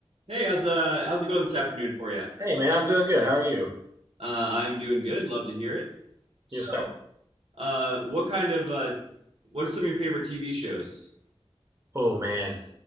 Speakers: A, on the right; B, on the right.
A: Hey, how's uh how's it going this afternoon for you? Uh,
B: Hey man, I'm doing good. How are you?
A: I'm doing good. Love to hear it. So,
B: Yes, sir.
A: uh, what kind of uh, what are some of your favorite TV shows?
B: Oh man,